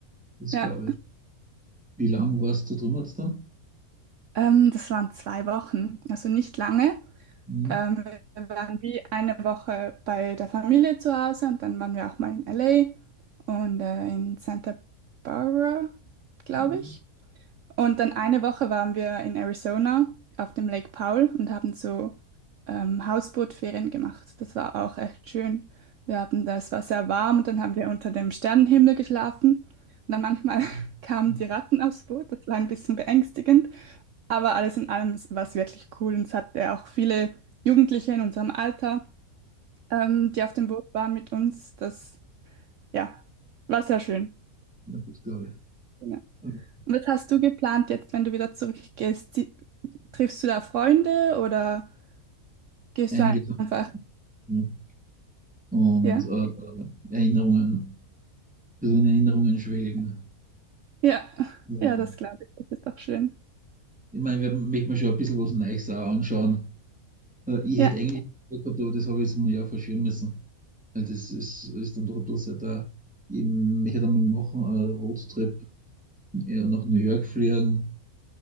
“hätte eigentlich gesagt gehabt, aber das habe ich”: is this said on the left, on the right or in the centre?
Centre